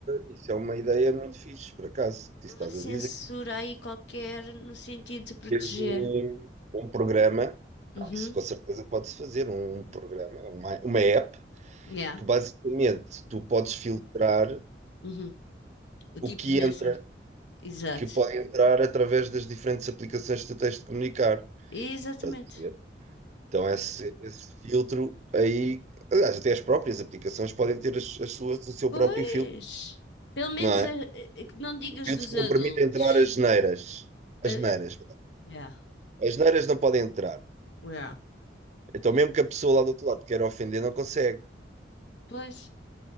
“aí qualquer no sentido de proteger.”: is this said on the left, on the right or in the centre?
Left